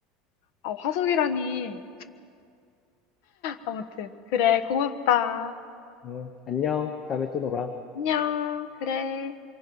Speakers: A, on the left; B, on the left.
A: 아, 화석이라니. 아무튼 그래. 고맙다.
B: 응, 안녕. 다음에 또 놀아.
A: 안녕. 그래.